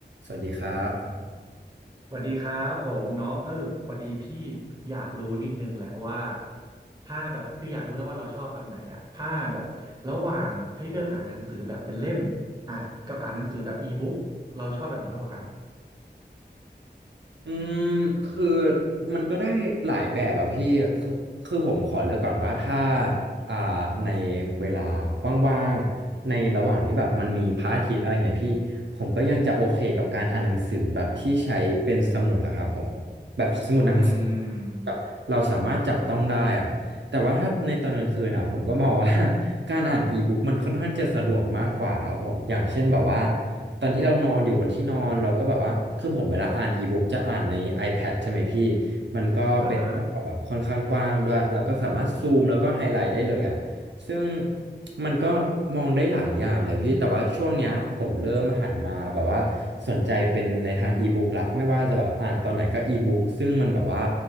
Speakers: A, on the right; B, on the right.
A: สวัสดีครับ
B: สวัสดีครับผมน้องเออพอดีพี่อยากรู้นิดนึงแหละว่าถ้าแบบคืออยากรู้นะว่าเราชอบแบบไหนอะถ้าแบบระหว่างให้เลือกอ่านหนังสือแบบเป็นเล่มอ่ะกับอ่านหนังสือแบบอีบุ๊กเราชอบแบบไหนมากกว่ากัน
A: อืมคือมันก็ได้หลายแบบอ่ะพี่คือคือผมขอเลือกก่อนว่าถ้าอ่าในเวลาว่างๆ ในระหว่างที่แบบมันมีพระอาทิตย์อะไรเงี้ยพี่ผมก็ยังจะโอเคกับการอ่านหนังสือแบบที่ใช้เป็นสมุดอะครับผมแบบสมุดหนังสือ
B: อืม
A: แบบเราสามารถจับต้องได้อะแต่ว่าถ้าในตอนกลางคืนอะผมก็มองว่า <laughs> การอ่านอีบุ๊กมันค่อนข้างจะสะดวกมากกว่าครับผมอย่างเช่นแบบว่า ตอนที่เรานอนอยู่บนที่นอนเราก็แบบว่าคือผมเวลาอ่านอีบุ๊กจะอ่านใน iPad ใช่ไหมพี่มันก็เป็นแอปแบบค่อนข้างกว้างด้วยเราก็สามารถซูมแล้วก็ไฮไลท์ได้เลยอ่ะ
B: อ่าฮะ
A: ซึ่งมันก็มองได้หลายอย่างเลยพี่แต่ว่าช่วงเนี้ยผมเริ่มหันมาแบบว่าสนใจเป็นในทางอีบุ๊กละไม่ว่าจะแบบอ่านตอนไหนก็อีบุ๊กซึ่งมันแบบว่า